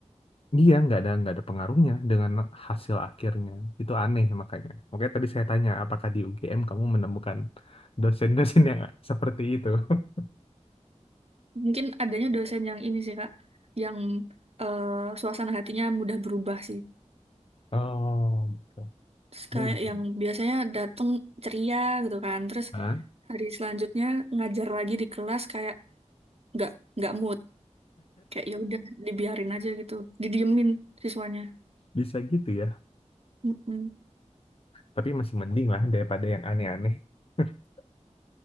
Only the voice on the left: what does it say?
Iya nggak ada nggak ada pengaruhnya dengan hasil akhirnya itu aneh makanya. Makanya tadi saya tanya apakah di UGM kamu menemukan dosen-dosen yang seperti itu? <laughs>
Oh,
gitu.
Ah,
bisa gitu ya.
Tapi masih mending lah daripada yang aneh-aneh. <laughs>